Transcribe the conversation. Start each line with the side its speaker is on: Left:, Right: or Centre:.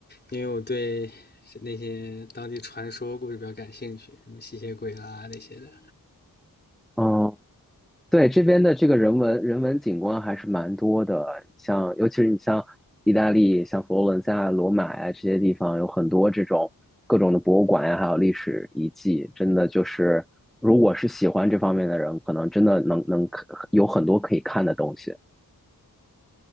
Left: 因为我对那些当地传说故事比较感兴趣，什么吸血鬼啦那些的。
Centre: 嗯，对，这边的这个人文人文景观还是蛮多的，像尤其是你像意大利，像佛罗伦萨啊罗马呀、这些地方，有很多这种各种的博物馆呀、还有历史遗迹，真的就是如果是喜欢这方面的人，可能真的能能有很多可以看的东西。